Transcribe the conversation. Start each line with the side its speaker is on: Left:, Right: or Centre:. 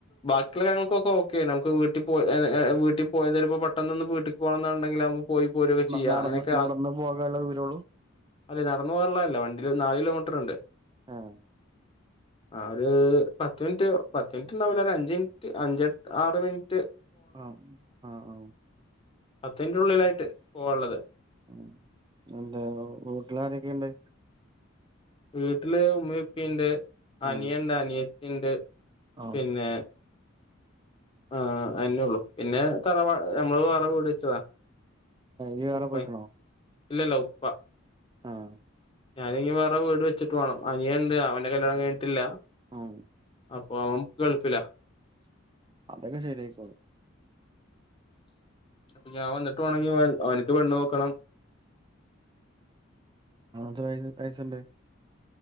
Left: ബാക്കിയുള്ള കാര്യങ്ങൾക്കൊക്കെ ഓക്കെ നമുക്ക് വീട്ടിൽ പോ വീട്ടിൽ പോ എന്തായാലുംൾ പെട്ടെന്ന്ൊന്ന് വീട്ടക്ക് പോണംെന്നുണ്ടെങ്കിലാവകും പോയി പോരൊക്കെ ചെയ്യ
Right: ന നടന്ന്
Left: അങ്ങനെയൊക്കെ
Right: നടന്ന് പോകാനുള്ള ദൂരൊള്ളൂ
Left: അല്ലെ നടന്ന പോള്ളല്ല വണ്ടി നാാല കിലോമീറ്റർ ഉണ്ട്
Right: ആഹ
Left: ആ ഒരു പത്ത് മിനിറ്റ് പത്ത് മിനിറ്റ് ഉണ്ടാവില്ല അഞ്ച് മിനിറ്റ് അഞ്ചെ ആറ് മിനിറ്റ്
Right: ആഹ ആഹ ആഹ
Left: അത്ത ുള്ളിലായിട്ട് പോവാനുള്ളത്
Right: ഉം എന്താ വീട്ടിലാരൊക്കെയുണ്ട്
Left: വീട്ടില് ഉമ്മപ്പിുണ്ട് അനിയണ്ട്
Right: ആഹ്
Left: അനിയത്തി ഉണ്ട്
Right: ആഹ്
Left: പിന്നെ ആഹ അേ ഉള്ളു പിന്നെ തറവാ നമ്മള് വേറെ വീട് വെച്ചതാ
Right: ഇ വള
Left: ഉപ്പ
Right: പോയിക്കണോ
Left: ഇല്ലല്ല ഉപ്പ
Right: ആഹ
Left: ഞാന ഇനി വേറെ വീട് വെച്ചിട്ട് വേണം അനിയുണ്ട് അവന്റെ കല്യാണം കഴിട്ടില്ല
Right: ഉം
Left: അപ്പൊ അവൻ ഗൾഫിലാ
Right: <inaudible> അതൊക്കെ ശരിയായിക്കൊളും <inaudible>
Left: അപ്പൊ ഞാൻ വന്നിട്ട് <inaudible> അവനിക്ക് പെണ്ണ് നോക്കണം <inaudible>
Right: എത്ര വയസ്സ് വയസ്സിണ്ട് <inaudible>